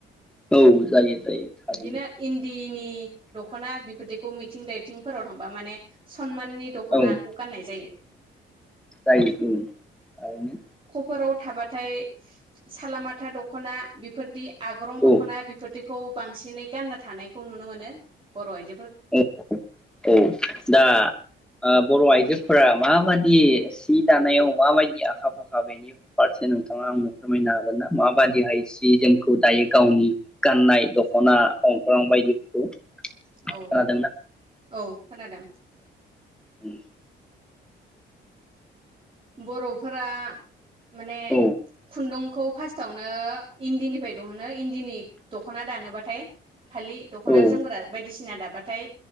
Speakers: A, in the centre; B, on the right.
A: औ जायो जायो थारैनो।
B: बिदिनो <unintelligible> दखना बेफोरदिखौ मिथिं दायथिंफोराव थांबा माने सनमान नि दखनाखौ
A: औ
B: गान्नाय जायो।
A: जायो उम थारैनो।
B: फोराव थाबाथाय सालामाथा दखना बेफोरदि आग्रं दखना
A: औ
B: बिफोरदि खौ बांसिनै गानना थानायखौ नुनो मोनो। बर आयजो
A: औ औ औ। दा ओ बर' आइजो फोरा माबादि सि दानायाव माबायदि आखा फाखा बेनि फारसे नोंथाङा आंनो फोरमायनो हागोन ना? माबादिहाय सि जोमखौ दायो गावनि गाननाय दखना, अंख्रां बायदिफोरखौ?
B: औ
A: खोनादोंना
B: औ खोनादों।
A: उम।
B: बरफोरा माने
A: औ
B: खुन्दुं खौ फार्स्टावनो इन्दिनिफ्राय दिहुनो, इन्दिनि दखना दानोबाथाय फालि, दखना,
A: औ
B: जोमग्रा बायदिसिना दाब बाथाय